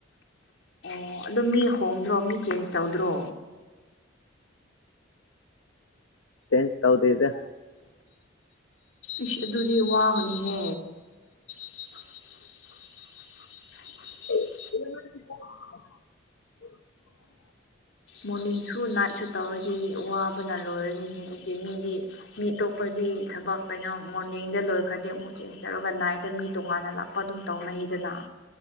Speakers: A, on the left; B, on the left.
A: ꯑꯣ ꯑꯗꯨ ꯃꯤ ꯍꯣꯡꯗ꯭ꯔꯣ ꯃꯤ ꯆꯦꯟꯖ ꯇꯧꯗ꯭ꯔꯣ
B: ꯆ‌ꯦꯟꯁ ꯇꯧꯗꯦꯗ
A: ꯏꯁꯁ ꯑꯗꯨꯗꯤ ꯋꯥꯕꯅꯤꯍꯦ <unintelligible>
B: ꯎ <unintelligible>
A: ꯃꯣꯔꯅꯤꯡꯁꯨ ꯅꯥꯏꯠꯁꯨ ꯇꯧꯔꯗꯤ ꯋꯥꯕꯅ ꯂꯣꯏꯔꯅꯤ ꯍ‌ꯦ ꯑꯗꯨꯗꯤ ꯃꯤꯗꯤ ꯃꯤ ꯑꯇꯣꯄꯒꯤ ꯊꯕꯛ ꯀꯩꯅꯣ ꯃꯣꯔꯅꯤꯡꯗ ꯂꯣꯏꯈ꯭ꯔꯗꯤ ꯑꯃꯨꯛ ꯆꯦꯟꯖ ꯇꯧꯔꯒ ꯅꯥꯏꯠꯇ ꯃꯤ ꯇꯣꯉꯥꯟꯅ ꯂꯥꯛ ꯀꯄ <unintelligible> ꯑꯗꯨꯝ ꯇꯧꯅꯩꯗꯅ